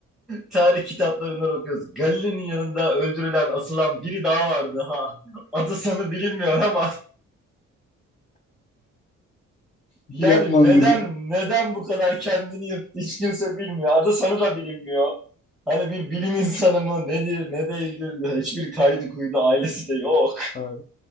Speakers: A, in the centre; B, on the left.
A: Tarih kitaplarından okuyoruz. Galile'nin yanında öldürülen, asılan biri daha vardı ha. Adı sanı bilinmiyor ama yani
B: yapman
A: neden
B: kızım.
A: neden bu kadar kendini yırttı hiç kimse bilmiyor. Adı sanı da bilinmiyor. Hani bir bilim insanı mı nedir ne değildir hiçbir kaydı kuydu ailesi de yok.
B: Ay,